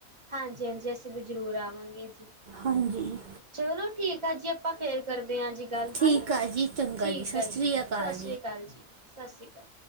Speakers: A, on the right; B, on the right.
A: ਹਾਂਜੀ- ਹਾਂਜੀ ਅਸੀਂ ਵੀ ਜ਼ਰੂਰ ਆਵਾਂਗੇ ਜੀ।
B: ਹਾਂਜੀ
A: ਚਲੋ ਠੀਕ ਆ ਜੀ ਆਪਾਂ ਫਿਰ ਕਰਦੇ ਹਾ ਜੀ ਗੱਲ
B: ਠੀਕ
A: ਹੈਨਾ।
B: ਆ ਜੀ ਚੰਗਾ
A: ਠੀਕ
B: ਸਤਿ
A: ਆ
B: ਸ਼੍ਰੀ
A: ਜੀ
B: ਅਕਾਲ
A: ਸਤਿ ਸ੍ਰੀ ਅਕਾਲ ਜੀ ਸਤਿ ਸ਼੍ਰੀ ਅਕਾਲ।